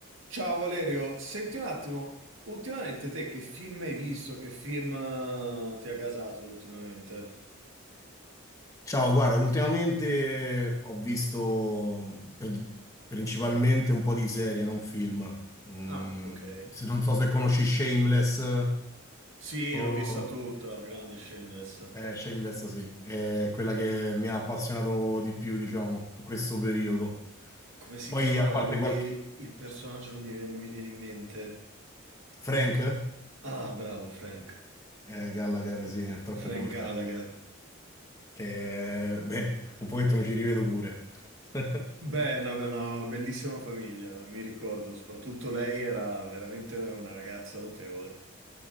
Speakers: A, on the right; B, on the left.
A: Ciao Valerio, senti un attimo, ultimamente te che film hai visto? Che film eh, ti ha gasato ultimamente?
B: Ciao, guarda, ultimamente eh, ho visto pri- principalmente un po' di serie, non film. Mm,
A: Ah, ok.
B: se non so se conosci Shameless, eh,
A: Sì,
B: o...
A: l'ho vista tutta, grande Shameless.
B: eh, Shameless sì, è quella che mi ha appassionato di più, diciamo, in questo periodo.
A: Come si
B: Poi,
A: chiamava
B: a parte
A: lui?
B: qualche...
A: Il personaggio non mi viene, non mi viene in mente.
B: Frank?
A: Ah, bravo Frank.
B: Eh, Gallagher, sì, è troppo
A: Frank
B: forte.
A: Gallagher.
B: Che, beh, un pochetto mi ci rivedo pure. <laughs>
A: Beh, no, beh, no, bellissima famiglia, mi ricordo. Soprattutto lei era veramente una ragazza notevole.